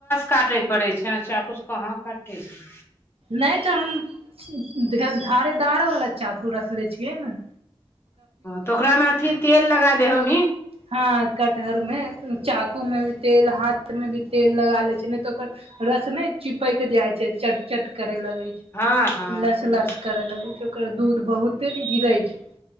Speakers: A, on the left; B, on the right.
A: काटे पड़ै छै चाकूसे कहाँ कट्टे छै
B: नै तऽ हम धेल धारेदार वाला चाकू रखले छियै ना
A: तऽ ओकरा मे अथी तेल लगा दै होमहींन
B: हँ कटहरमे चाकूमे भी तेल हाथमे भी तेल लगा लै छियै नहि तऽ ओकर रस नै चिपकि जाय छै चट चट करै लगै छै
A: हँ हँ ओकर
B: लस लस करै लगै छै ओकर दूध बहुते ने गिरै छै।